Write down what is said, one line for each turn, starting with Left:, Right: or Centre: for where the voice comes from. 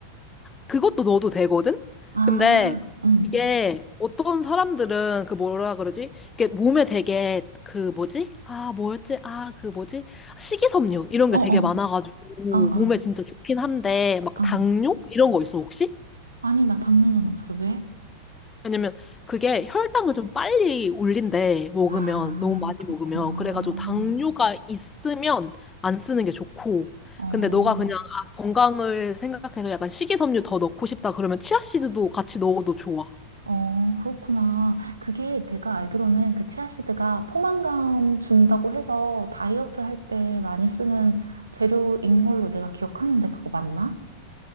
Left: 그것도 넣어도 되거든?
Right: 아,
Left: 근데
Right: 응.
Left: 이게 어떤 사람들은 그 뭐라 그러지? 이게 몸에 되게 그 뭐지? 아, 뭐였지? 아, 그 뭐지? 식이섬유 이런
Right: 어어,
Left: 게 되게 많아가지고
Right: 어어, 어.
Left: 몸에 진짜 좋긴 한데 막
Right: 어,
Left: 당뇨?
Right: 어.
Left: 이런 거 있어, 혹시?
Right: 아니, 나 당뇨는 없어. 왜?
Left: 왜냐면 그게 혈당을 좀 빨리 올린대, 먹으면.
Right: 아,
Left: 너무 많이
Right: 그렇구나.
Left: 먹으면. 그래가지고 당뇨가 있으면 안 쓰는 게 좋고.
Right: 어,
Left: 근데 너가 그냥 아, 건강을 생각해서 약간 식이섬유 더 넣고 싶다 그러면 치아씨드도 같이 넣어도 좋아.
Right: 어, 그렇구나. 그게 내가 알기로는 그 치아시드가 포만감 준다고 해서 다이어트 할 때 많이 쓰는 재료인 걸로 내가 기억하는데 그거 맞나?